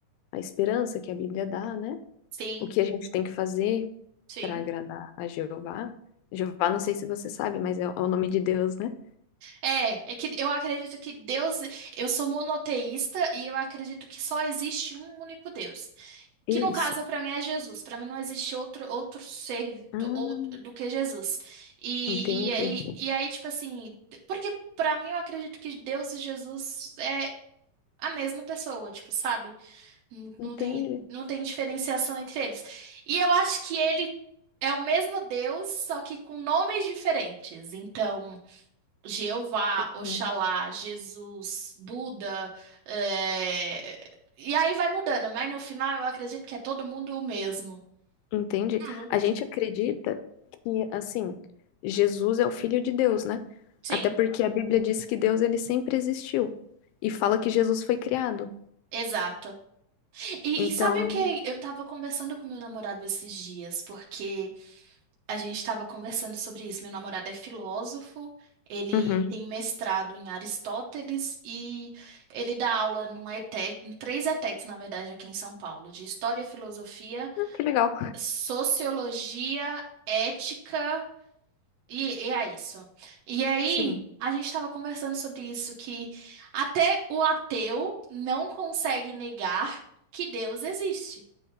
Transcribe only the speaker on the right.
Sim,
sim.
É, é que eu acredito que Deus, eu sou monoteísta e eu acredito que só existe um único Deus. Que
no caso, para mim, é Jesus. Para mim, não existe outro, outro ser
do, ou- do que Jesus. E,
e, aí, e aí, tipo assim, porque para mim eu acredito que Deus e Jesus é a mesma pessoa, tipo, sabe? Não,
não tem, não tem diferenciação entre eles. E eu acho que ele é o mesmo Deus, só que com nomes diferentes. Então. Jeová, Oxalá,
Jesus, Buda, é, e aí vai mudando, mas no final eu acredito que é todo mundo o mesmo.
Uhum.
Sim,
exato. E,
e sabe o que? Eu tava conversando com meu namorado esses dias, porque a gente tava conversando sobre isso. Meu namorado é filósofo, ele
tem mestrado em Aristóteles e ele dá aula numa ETEC, em três ETECs, na verdade, aqui em São Paulo, de História, Filosofia
sociologia, ética, e, e é isso. E aí,
a gente estava conversando sobre isso, que até o ateu não consegue negar que Deus existe.